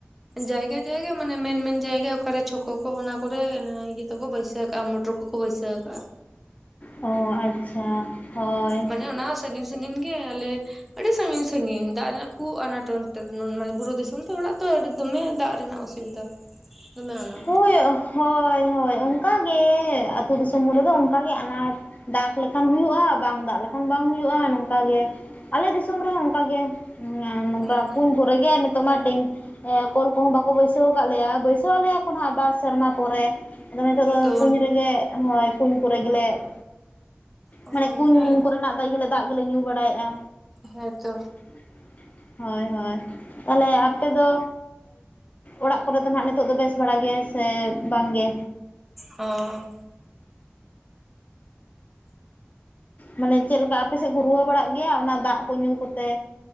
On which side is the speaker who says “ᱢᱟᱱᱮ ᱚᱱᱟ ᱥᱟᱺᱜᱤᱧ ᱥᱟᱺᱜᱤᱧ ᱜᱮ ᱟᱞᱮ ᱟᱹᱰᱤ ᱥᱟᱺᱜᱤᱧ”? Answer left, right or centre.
Centre